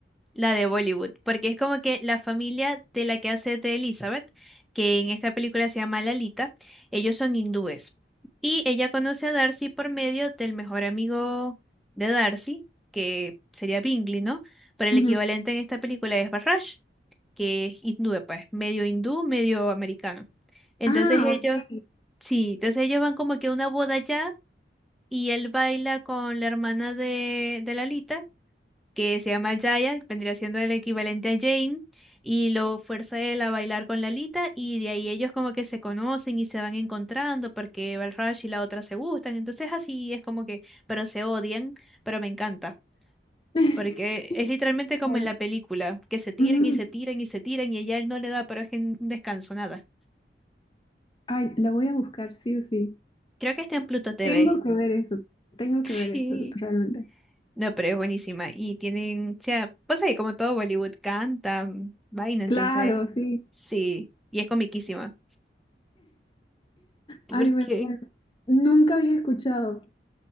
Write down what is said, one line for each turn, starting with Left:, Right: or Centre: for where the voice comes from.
Centre: La de Bollywood, porque es como que la familia de la que hace de Elizabeth, que en esta película se llama Lalita, ellos son hindúes. Y ella conoce a Darcy por medio del mejor amigo de Darcy, que sería Bingley, ¿no? Pero el
Left: Ujú.
Centre: equivalente en esta película es Barrage, que es hindú, pues, medio hindú, medio americano. Entonces
Left: Ah,
Centre: ellos,
Left: ok.
Centre: sí, entonces ellos van como que a una boda allá y él baila con la hermana de, de Lalita que se llama Jaya, que vendría siendo el equivalente a Jane, y lo fuerza él a bailar con Lalita, y de ahí ellos como que se conocen y se van encontrando porque Balraj y la otra se gustan, entonces así es como que, pero se odian, pero me encanta.
Left: <laughs>
Centre: Porque es literalmente como
Left: Claro.
Centre: en la película, que se tiran
Left: ujú.
Centre: y se tiran y se tiran y ella él no le da, pero es que un descanso, nada.
Left: Ay, la voy a buscar, sí o sí.
Centre: Creo que está en Pluto TV.
Left: Tengo
Centre: <laughs>
Left: que ver eso, tengo que
Centre: Sí.
Left: ver eso, realmente.
Centre: No, pero es buenísima. Y tienen, o sea, pues ahí como todo Bollywood canta, mm, vaina,
Left: Claro,
Centre: entonces
Left: sí.
Centre: Sí, y es comiquísima. Porque
Left: Ay, me... muero. Nunca había escuchado.